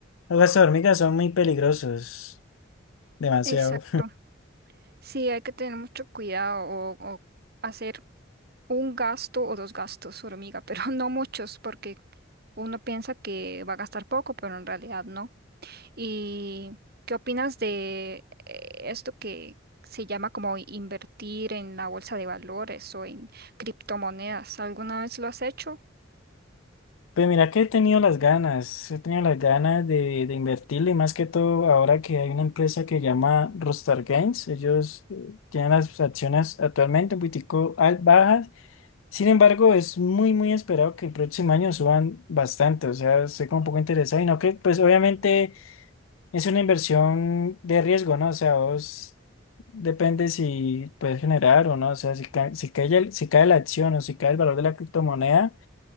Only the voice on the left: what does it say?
los gastos hormigas son muy peligrosos, demasiado.
Pues mira que he tenido las ganas, he tenido las ganas de, de invertirle, y más que todo ahora que hay una empresa que se llama Rockstar Games, ellos eh, tienen las acciones actualmente un poquitico al- bajas, sin embargo es muy muy esperado que el próximo año suban bastante, o sea, estoy como un poco interesado y no que, pues obviamente es una inversión de riesgo, ¿no? O sea, vos depende si puedes generar o no, o sea, si cae, si cae, el- si cae la acción o si cae el valor de la criptomoneda.